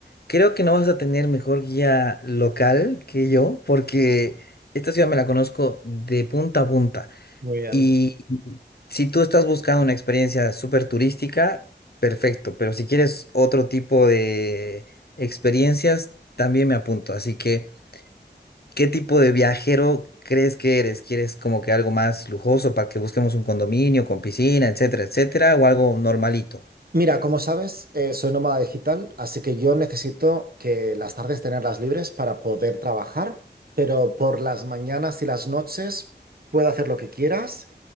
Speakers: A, on the left (about 60°); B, on the right (about 55°).
A: Creo que no vas a tener mejor guía local que yo, porque esta ciudad me la conozco de punta a punta.
B: Muy bien.
A: Y si tú estás buscando una experiencia súper turística, perfecto, pero si quieres otro tipo de experiencias, también me apunto. Así que, ¿qué tipo de viajero crees que eres? ¿Quieres como que algo más lujoso para que busquemos un condominio con piscina, etcétera, etcétera, o algo normalito?
B: Mira, como sabes, eh, soy nómada digital, así que yo necesito que las tardes tenerlas libres para poder trabajar, pero por las mañanas y las noches puedo hacer lo que quieras